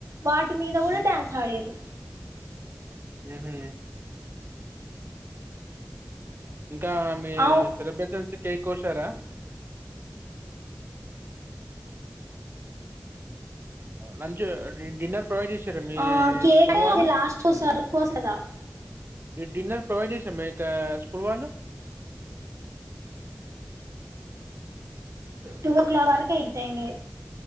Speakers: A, on the right (about 75°); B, on the right (about 45°).
A: వాటి మీద కూడా
B: ఉమ్
A: డ్యాన్స్ ఆడిరు
B: ఉహు ఇంకా మీ
A: అవు
B: సెలబ్రేషన్ కేక్ కోసారా లంచు డిన్నర్ ప్రొవైడ్ చేసిరా మీ
A: ఆ కేక్
B: స్కూల్ వాళ్ళు
A: లాస్ట్ కోసారు కోసదా
B: ఈ డిన్నర్ ప్రొవైడ్ చేస మీకా స్కూల్ వాళ్ళు
A: టూ వ క్లాక్ వరకు అయి టైమే